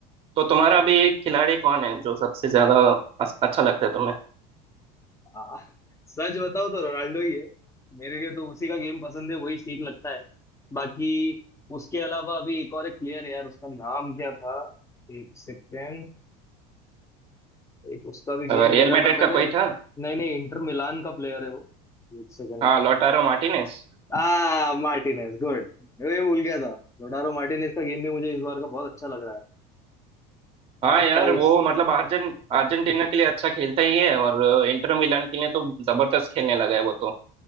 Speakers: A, on the right; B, on the left.
A: तो तुम्हारा अभी खिलाड़ी कौन है जो सबसे ज्यादा अस- अच्छा लगता है तुम्हें
B: हाँ, सच बताओ तो रोनाल्डो ही है मेरे लिए तो उसी का गेम पसंद है वही ठीक लगता है बाकी उसके अलावा अभी एक और एक प्लेयर है यार उसका नाम क्या था एक सेकेंड एक उसका भी गेम
A: अ, रियल
B: देखा
A: मैड्रिड
B: था मैंने
A: का कोई था
B: नहीं नहीं इंटर मिलान का प्लेयर है वो एक सेकंड
A: हाँ लोटारो मार्टिनेज
B: आ मार्टिनेज गुड मैं भूल गया था लोडारो मार्टिनेज का गेम भी मुझे इस बार का बहुत अच्छा लग रहा है
A: हाँ
B: लगता
A: यार
B: है इस
A: वो मतलब अर्जन अर्जेंटीना के लिए अच्छा खेलता ही है और इंटर मिलान के लिए तो जबरदस्त खेलने लगा है वो तो